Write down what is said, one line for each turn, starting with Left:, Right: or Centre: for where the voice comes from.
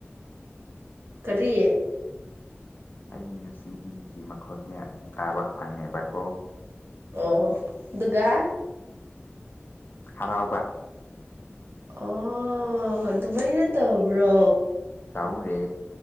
Right: ꯀꯔꯤꯌꯦ
Left: ꯑꯩꯒꯤ ꯅꯨꯡꯁꯤꯕꯤꯒꯤ ꯃꯈꯣꯟꯁꯦ ꯑꯃꯨꯛ ꯇꯥꯕ ꯐꯪꯉꯦꯕꯀꯣ
Right: ꯑꯣ ꯑꯗꯨꯒꯗꯨꯒꯥ
Left: ꯍꯔꯥꯎꯕ
Right: ꯑꯣ ꯑꯗꯨꯃꯥꯏꯅ ꯇꯧꯕ꯭ꯔꯣ
Left: ꯇꯧꯔꯦ